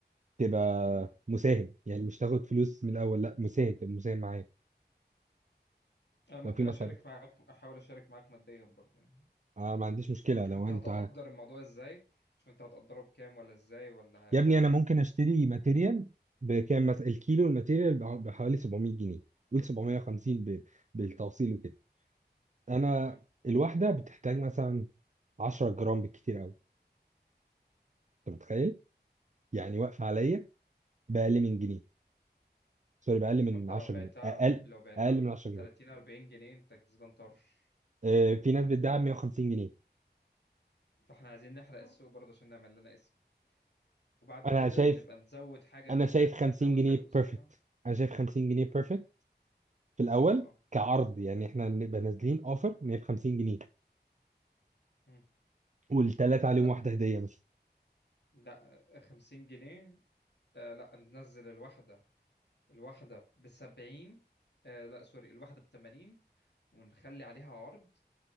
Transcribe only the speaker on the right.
تبقى
مساهم يعني مش تاخد فلوس من الاول لا مساهم تبقى مساهم معايا
لو في مصاريف
آه ما عنديش مشكلة
لو
انت
يا
ابني انا ممكن اشتري ماتيريال بكام مثلا الكيلو الماتيريال بع- بحوالي 700 جنيه قول 750 ب... بالتوصيل وكده انا
الواحده بتحتاج مثلا 10 جرام بالكتير قوي انت متخيل يعني واقفه عليا باقل من جنيه سوري باقل من
10
جنيه اقل
اقل
من 10 جنيه
آه، في ناس بتدعي 150 جنيه
انا
شايف
انا
شايف
50
جنيه
بيرفكت انا شايف 50 جنيه بيرفكت في
الاول
كعرض يعني احنا نبقى نازلين اوفر 150 جنيه
والثلاثه عليهم
واحده هديه مثلا